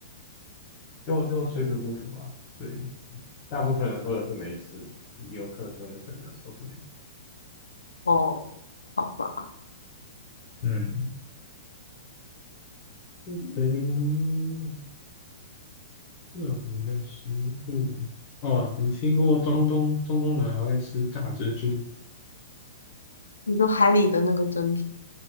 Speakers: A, on the left; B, on the left.
A: 就就水土不服啊。对，大部分人喝的是没事，游客喝的可能就受不了。
B: 哦，好吧，
A: 嗯，嗯，特别的食物哦，你听过中东中东人还会吃炸蜘蛛？
B: 你说海里的那个珍珠。